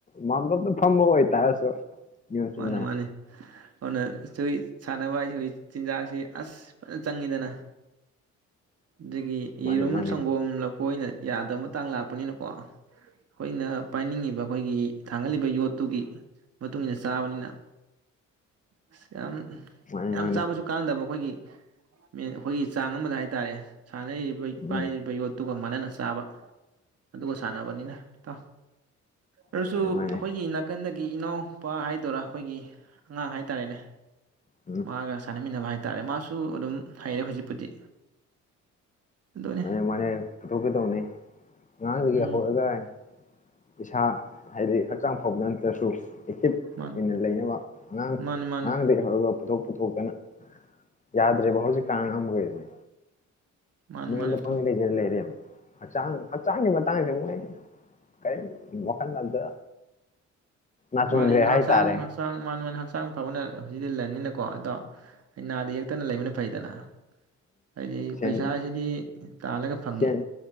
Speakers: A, on the left; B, on the right.
A: ꯃꯥꯝꯇꯣꯞ꯫ <unintelligible> ꯐꯝꯕ ꯑꯣꯏꯇꯥꯔꯥ꯫ <unintelligible> ꯅꯌꯣꯝ ꯆꯨꯝꯅ꯫
B: ꯃꯥꯅꯤ ꯃꯥꯅꯤ ꯑꯗꯨꯅ <unintelligible> ꯁꯥꯟꯅꯕ ꯍꯥꯏꯁꯤ ꯍꯧꯖꯤꯛ ꯆꯤꯟꯖꯥꯛꯁꯤ ꯑꯁ ꯐꯖ ꯆꯪꯉꯤꯗꯅ꯫ ꯗꯒꯤ
A: ꯃꯥꯅꯦ
B: ꯌꯦꯔꯨꯝ
A: ꯃꯥꯅꯦ
B: ꯁꯪꯒꯣꯝ ꯂꯐꯣꯏꯅ꯫ ꯌꯥꯗꯕ ꯃꯇꯥꯡ ꯂꯥꯛꯄꯅꯤꯅꯀꯣ꯫ ꯑꯩꯈꯣꯏꯅ ꯄꯥꯏꯅꯤꯡꯉꯤꯕ ꯑꯩꯈꯣꯏꯒꯤ꯫ ꯊꯥꯡꯒꯠꯂꯤꯕ ꯌꯣꯠꯇꯨꯒꯤ ꯃꯇꯨꯡꯏꯟꯅ ꯆꯥꯕꯅꯤꯅ ꯑꯁ ꯌꯥꯝ꯫ <unintelligible>
A: ꯃꯥꯅꯦ
B: ꯌꯥꯝ
A: ꯃꯥꯅꯦ
B: ꯆꯥꯕꯁꯨ ꯀꯥꯟꯗꯕ ꯑꯩꯈꯣꯏꯒꯤ꯫ ꯃꯦꯟ ꯑꯩꯈꯣꯏꯒꯤ ꯆꯥꯡ ꯑꯃꯗ ꯍꯥꯏꯇꯥꯔꯦ꯫ ꯁꯥꯟꯅꯔꯤꯕꯩ
A: ꯎꯝ
B: ꯄꯥꯏꯔꯤꯕ ꯌꯣꯠꯇꯨꯒ꯫ ꯃꯅꯥꯅ ꯆꯥꯕ꯫ ꯑꯗꯨꯒ ꯁꯥꯟꯅꯕꯅꯤꯅ ꯏꯇꯥꯎ꯫ ꯑꯗꯨꯁꯨ
A: ꯃꯥꯅꯦ ꯃꯥꯅꯦ
B: ꯑꯩꯈꯣꯏꯒꯤ ꯅꯥꯀꯟꯗꯒꯤ ꯏꯅꯥꯎ꯫ ꯅꯨꯄꯥ ꯍꯥꯏꯗꯣꯏꯔꯥ ꯑꯩꯈꯣꯏꯒꯤ ꯑꯉꯥꯡ ꯍꯥꯏꯇꯥꯔꯦꯅꯦ꯫
A: ꯎꯝ
B: ꯃꯥꯒ ꯁꯟꯅꯃꯤꯟꯅꯕ ꯍꯥꯏ꯫ ꯇꯥꯔꯦ ꯃꯥꯁꯨ ꯑꯗꯨꯝ ꯍꯩꯏꯔꯦ ꯍꯧꯖꯤꯛꯄꯨꯗꯤ꯫ ꯑꯗꯨꯅꯤ
A: ꯃꯥꯅꯦ ꯃꯥꯅꯦ ꯄꯨꯊꯣꯛꯀꯗꯧꯅꯦ ꯑꯉꯥꯡꯗꯒꯤ
B: ꯎꯝ
A: ꯍꯧꯔꯒ꯫ ꯄꯩꯁꯥ꯫ ꯍꯥꯏꯗꯤ ꯍꯛꯆꯥꯡ ꯐꯥꯕꯗ ꯅꯠꯇꯁꯨ ꯑꯦꯛꯇꯤꯚ
B: ꯃꯥꯅꯤ
A: ꯑꯣꯏꯅ ꯂꯩꯅꯕ ꯑꯉꯥꯡ
B: ꯃꯥꯅꯤ ꯃꯥꯅꯤ
A: ꯑꯉꯥꯡꯗꯒꯤ ꯍꯧꯔꯒ ꯄꯨꯊꯣꯛ꯫ ꯄꯨꯊꯣꯛꯇꯅ ꯌꯥꯗ꯭ꯔꯦꯕ ꯍꯧꯖꯤꯛꯀꯥꯟ ꯑꯉꯥꯡ ꯃꯈꯩꯁꯦ꯫
B: ꯃꯥꯅꯤ
A: ꯃꯌꯨꯝꯗ
B: ꯃꯥꯅꯤ
A: ꯄꯪꯂꯩ
B: ꯇꯧ
A: ꯂꯩꯖ ꯂꯩꯔꯦꯕ꯫ ꯍꯛꯆꯥꯡ ꯍꯛꯆꯥꯡꯒꯤ ꯃꯇꯥꯡꯁꯦ ꯃꯣꯏ ꯀꯔꯤ ꯋꯥꯈꯜꯗ ꯑꯝꯇ ꯅꯥꯆꯨꯡꯗ꯭ꯔꯦ
B: ꯃꯥꯅꯤ
A: ꯍꯥꯏꯇꯥꯔꯦ
B: ꯍꯛꯆꯥꯡ ꯍꯛꯆꯥꯡ ꯃꯅꯤ ꯃꯅꯤ ꯍꯥꯡ ꯍꯛꯆꯥꯡ ꯐꯕꯅ ꯍꯧꯖꯤꯛꯇꯤ ꯂꯟꯅꯤꯅꯀꯣ ꯑꯗꯣ ꯑꯩ ꯅꯥꯗ ꯌꯦꯛꯇꯅ ꯂꯩꯕꯅ ꯐꯩꯗꯅ ꯍꯥꯏꯗꯤ
A: ꯁ
B: ꯄꯩꯁꯥꯁꯤꯗꯤ ꯇꯥꯜꯂꯒ ꯐꯪꯉꯤ
A: ꯁ